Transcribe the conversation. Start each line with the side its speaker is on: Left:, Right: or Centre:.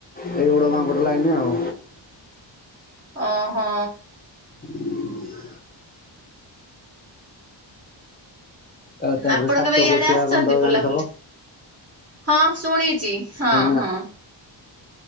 Left: ଏ <unintelligible> ବଡ ଗାଁ ପଟ ଲାଇନି ଆଉ
Right: ଓ ହୋ।
Left: ହୁଁ <inaudible> ଆଉ ତାପରେ
Right: ଆପଣ
Left: ସାତକୋଶିଆ
Right: କେବେ ଇଆଡେ ଆସିଛନ୍ତି
Left: ଗଣ୍ଡ
Right: ବୁଲାବୁଲି
Left: ଜାଣିଥବ।
Right: ହଁ ଶୁଣିଛି ହଁ
Left: ନା।
Right: ହଁ।